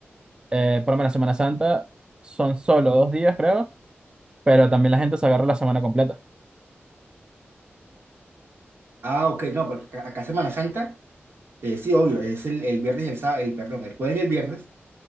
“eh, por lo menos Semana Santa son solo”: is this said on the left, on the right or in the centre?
Right